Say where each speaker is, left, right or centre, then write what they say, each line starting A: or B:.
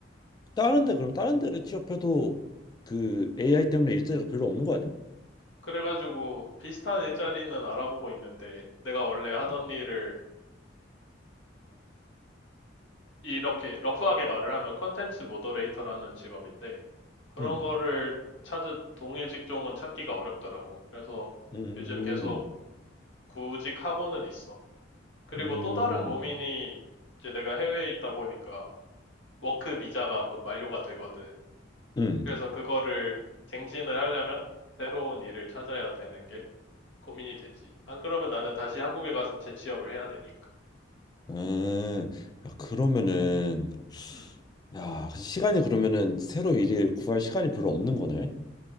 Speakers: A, on the left; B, on the left.
A: 다른 데, 그럼 다른 데를 취업해도 그 AI 때문에 일자리가 별로 없는 거 아니야?
B: 그래가지고 비슷한 일자리는 알아보고 있는데 내가 원래 하던
A: 응,
B: 일을 이렇게 러프하게 말을 하면 컨텐츠 모더레이터라는 직업인데 그런
A: 응,
B: 거를 찾은 동일 직종은 찾기가 어렵더라고. 그래서
A: 음,
B: 요즘 계속 구직하고는 있어. 그리고
A: 음,
B: 또 다른 고민이 이제 내가 해외에 있다 보니까 워크 비자가 곧 만료가 되거든.
A: 음,
B: 그래서 그거를 갱신을 하려면 새로운 일을 찾아야 되는 게 고민이 되지. 안 그러면 나는 다시 한국에 가서 재취업을 해야 되니까.
A: 음, 야, 그러면은,
B: 음,
A: 야, 그 시간이 그러면은 새로 일을 구할 시간이 별로 없는 거네?